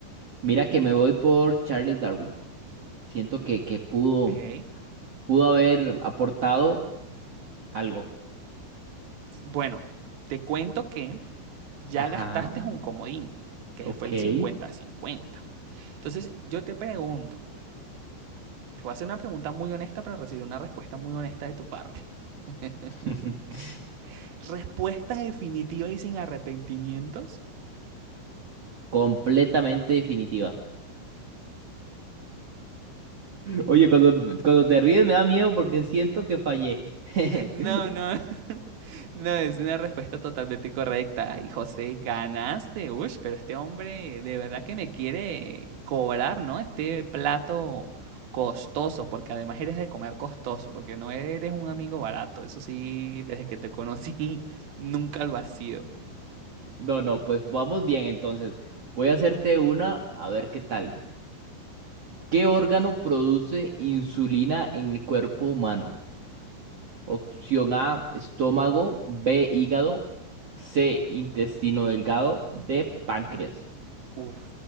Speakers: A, on the right; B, on the right.
A: Mira que me voy por Charles Darwin. Siento que, que pudo,
B: Ok.
A: pudo haber aportado algo.
B: Bueno, te cuento que ya
A: Ajá,
B: gastaste un comodín, que
A: ok.
B: fue el 50-50. Entonces, yo te pregunto, Te voy a hacer una pregunta muy honesta para recibir una respuesta muy honesta de tu parte. <laughs>
A: <laughs>
B: ¿Respuesta definitiva y sin arrepentimientos?
A: Completamente definitiva. Oye, cuando, cuando te ríes me da miedo porque siento que fallé. <laughs>
B: No, no. <laughs> No, es una respuesta totalmente correcta. Y José, ganaste. Uy, pero este hombre de verdad que me quiere cobrar, ¿no? Este plato costoso, porque además eres de comer costoso, porque no eres un amigo barato. Eso sí, desde que te conocí, <laughs> nunca lo has sido.
A: No, no, pues vamos bien entonces. Voy a hacerte una, a ver qué tal. ¿Qué órgano produce insulina en el cuerpo humano? Opción A, estómago, B, hígado, C, intestino delgado, D, páncreas.
B: Uf,